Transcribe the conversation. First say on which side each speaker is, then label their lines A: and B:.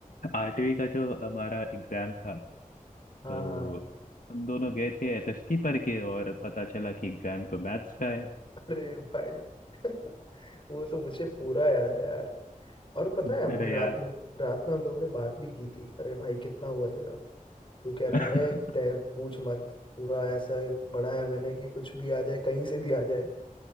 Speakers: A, on the left; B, on the left.
A: <laughs> आठवीं का जो हमारा एग्जाम था
B: हाँ
A: तो
B: हाँ
A: हम दोनों गए थे एसएसटी पढ़ के और पता चला कि एग्जाम तो मैथ्स का है
B: अरे भाई <laughs> वो तो मुझे पूरा याद है यार और पता
A: <laughs>
B: है हम
A: अरे
B: लोग रात
A: यार
B: में रात में हम लोगों ने बात भी की थी अरे भाई कितना हुआ तेरा तू कह रहा
A: <laughs>
B: अरे ते- पूछ मत पूरा ऐसा पढ़ा है मैंने कि कुछ भी आ जाए कहीं से भी आ जाए